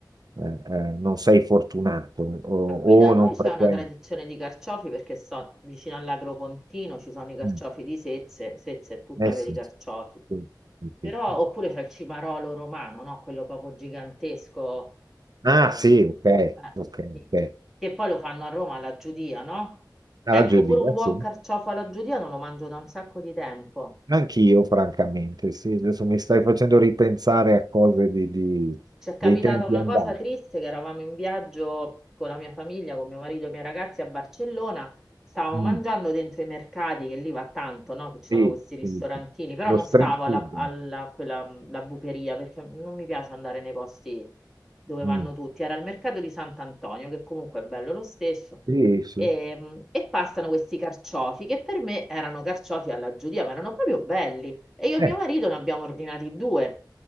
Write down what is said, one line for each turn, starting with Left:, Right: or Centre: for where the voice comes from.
Right: eh, eh, non sei fortunato o,
Centre: Ma qui da
Right: o
Centre: noi
Right: non
Centre: c'è
Right: frequenti.
Centre: una tradizione di carciofi perché sto vicino all'Agropontino, ci sono i carciofi
Right: Mm.
Centre: di Sezze, Sezze è tutta
Right: Eh
Centre: per
Right: sì.
Centre: i carciofi.
Right: Sì, sì,
Centre: Però,
Right: sì, sì.
Centre: oppure c'è il cimarolo romano, no? Quello proprio gigantesco,
Right: Ah
Centre: eh, eh,
Right: sì, ok, ok,
Centre: sì.
Right: ok.
Centre: che poi lo fanno a Roma alla Giudia, no?
Right: Alla
Centre: Ecco,
Right: Judy,
Centre: pure un
Right: eh,
Centre: buon
Right: sì.
Centre: carciofo alla Giudia non lo mangio da un sacco di tempo.
Right: Anch'io, francamente, sì, adesso mi stai facendo ripensare a cose di, di-
Centre: Ci è capitata
Right: dei tempi
Centre: una
Right: andati.
Centre: cosa triste che eravamo in viaggio con la mia famiglia, con mio marito e i miei ragazzi a Barcellona, stavamo
Right: Mm,
Centre: mangiando dentro i mercati, che lì va tanto, no? Che ci
Right: sì,
Centre: sono questi ristorantini,
Right: sì, sì.
Centre: però
Right: Lo
Centre: non
Right: street
Centre: stavo
Right: food.
Centre: alla, alla- quella, la bucheria perché non mi piace andare nei posti dove vanno
Right: Mm,
Centre: tutti. Era il mercato di Sant'Antonio, che comunque è bello lo stesso.
Right: sì, sì.
Centre: E, e passano questi carciofi che per me erano carciofi alla giudia, ma erano proprio belli. E io e
Right: Eh,
Centre: mio marito ne abbiamo ordinati due.